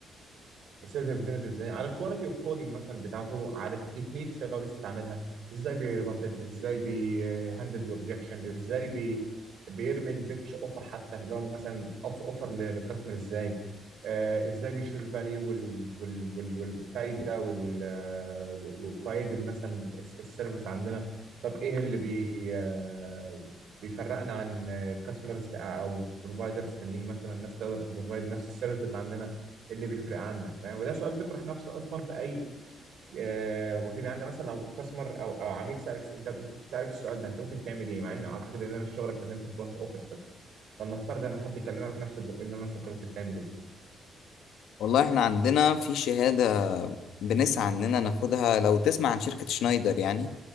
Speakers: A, on the right; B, on the left.
A: السيلز ريبريزنتيف ازاي على الكواليتي اوف كولينج مثلا بتاعته على التكنيكس اللي هو بيستعملها ازاي بيربطل ازاي بيهندل دي اوبجكشن ازاي بي بيرمي البيتش اوفر حتى اللي هو مثلا اوف اوفر للكاستمر ازاي آه ازاي بيشيل الفاليو وال وال وال والفايده وال آه، وفايد مثلا الس- السيرفيس عندنا طب ايه اللي بي آه بيفرقنا عن كاستمرز او بروفايدرز تانيين مثلا الناس تقدر تبروفايد نفس السيرفيس اللي عندنا اللي بيفرق عنك فاهم وده سؤال بيطرح نفسه اصلا في اي آه، وظيفه يعني انت مثلا لو كاستمر او او عميل سالك س- انت أنت سالك السؤال ده انت ممكن تعمل ايه مع ان اعتقد ان انا مش شغلك ان انت فرونت اوفيس بس فلنفترض ان حد كلمك نفس البق ان مثلا انت ممكن تعمل ايه
B: والله احنا عندنا في شهادة بنسعى اننا ناخدها لو تسمع عن شركة شنايدر يعني